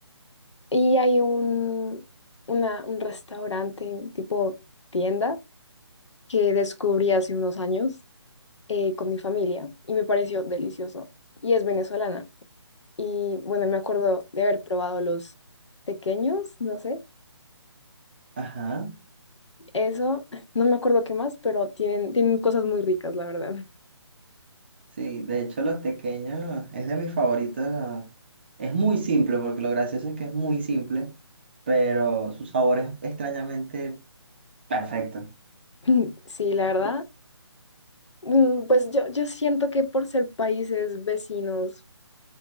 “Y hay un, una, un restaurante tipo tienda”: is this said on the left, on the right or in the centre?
Left